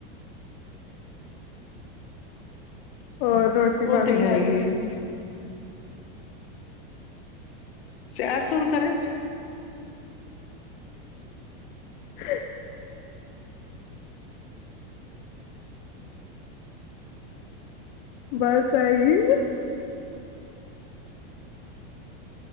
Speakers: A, on the left; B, on the left.
A: ਹੋਰ ਰੋਟੀ
B: ਉਹ
A: ਪਾਣੀ
B: ਤੇ ਹੈ
A: ਖਾ
B: ਹੀ
A: ਲੀ।
B: ਏ ਸੈਰ ਸੂਰ ਕਰਣ
A: <inaudible> ਬਸ ਐਹੀ ਈ